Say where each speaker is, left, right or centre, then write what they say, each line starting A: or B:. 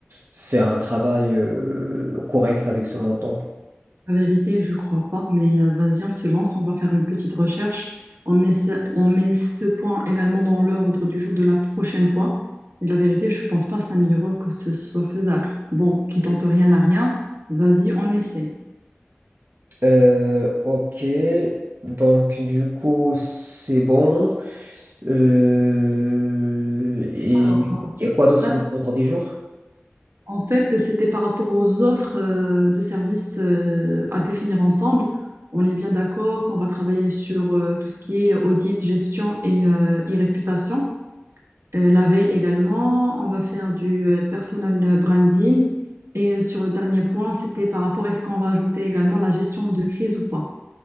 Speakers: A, on the right (about 55°); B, on the right (about 85°).
A: faire un travail euh, correct avec ce montant.
B: La vérité, je crois pas, mais euh, vas-y, on se lance, on va faire une petite recherche. On met ce, on met ce point également dans l'ordre du jour de la prochaine fois. Et la vérité, je pense pas à 5000 euros que ce soit faisable. Bon, qui tente rien n'a rien, vas-y, on essaie.
A: Euh, ok, donc du coup, c'est bon. Euh, et
B: Alors,
A: il y a quoi d'autre
B: là,
A: dans l'ordre du jour?
B: en fait, c'était par rapport aux offres euh, de services euh, à définir ensemble. On est bien d'accord qu'on va travailler sur euh, tout ce qui est audit, gestion et, euh, et réputation. Euh, la veille également, on va faire du euh, personal branding. Et euh, sur le dernier point, c'était par rapport à est-ce qu'on va ajouter également la gestion de crise ou pas.